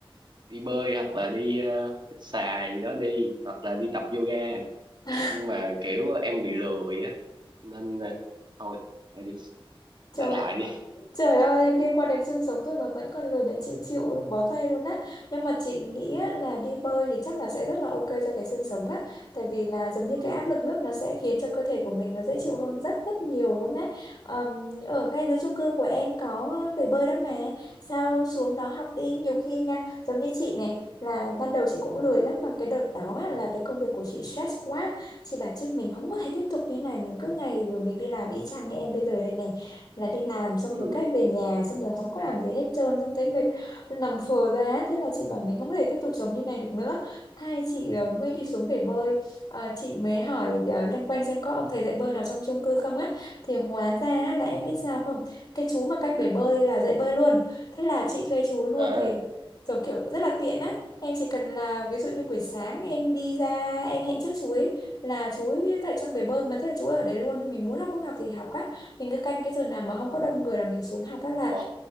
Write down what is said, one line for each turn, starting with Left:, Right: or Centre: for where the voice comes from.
Right: đi bơi hoặc là đi ờ, hít xà gì đó đi hoặc là đi tập yoga
Left: ừ.
Right: nhưng mà kiểu em bị lười á nên ờ, thôi đại đi đại
Left: Trời
Right: đại
Left: ạ-
Right: đi
Left: trời ơi liên quan đến xương sống rồi mà vẫn còn lười đến chị chịu bó tay luôn á nhưng mà chị nghĩ á, là đi bơi thì chắc là sẽ rất là ok cho cái xương sống á tại vì là giống như
Right: ừ
Left: cái áp lực nước nó sẽ khiến cho cơ thể của mình nó dễ chịu hơn rất rất nhiều luôn á Ờm, ở ngay dưới chung cư của em có bể bơi đó mà sao xuống đó học đi nhiều khi nha giống như chị này là ban đầu chị cũng lười lắm mà cái đợt đó á, là cái công việc của chị stress quá chị bảo chứ mình không có thể tiếp tục như này mình cứ ngày rồi mình đi làm y chang như em bây giờ đây nè là đi làm xong
Right: ừ
Left: rồi cách về nhà xong rồi không có làm gì hết trơn xong thấy mệt nằm phờ ra ấy. thế là chị bảo mình không thể tiếp tục sống như này được nữa thay chị ờ, mới đi xuống bể bơi Ờ, chị mới hỏi uh, loanh quanh xem có ông thầy dạy bơi nào trong chung cư không á thì hóa ra á, là em biết sao không cái chú mà canh bể bơi là dạy bơi luôn thế là chị thuê chú luôn
Right: à
Left: thì giống kiểu rất là tiện á em chỉ cần là ví dụ như buổi sáng em đi ra em hẹn trước chú ấy là chú ấy tại trong bể bơi mà thế là chú ấy ở đấy luôn thì mình muốn học lúc nào thì học á mình cứ canh cái giờ nào mà không có đông người là mình xuống học á là
Right: ồ